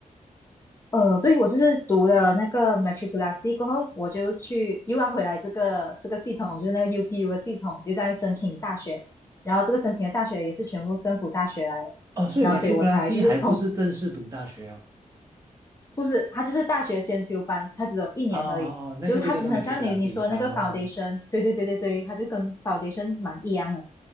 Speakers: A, on the left; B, on the right.
A: 呃，对我就是读了那个 matriculasi 过后，我就去又要回来这个这个系统，就是那个 UPU 的系统，又在申请大学，然后这个申请的大学也是全部政府大学来的，
B: 哦，所以
A: 然后所以我才就是通
B: matriculasi 还不是正式读大学哦。
A: 不是，他就是大学先修班，他只有一年而已。
B: 哦哦哦，那个就叫做
A: 就是他其实很像你你说的那个
B: matriculasi 啊。
A: foundation，
B: 哦
A: 对对对对对，他就跟 foundation 蛮一样的。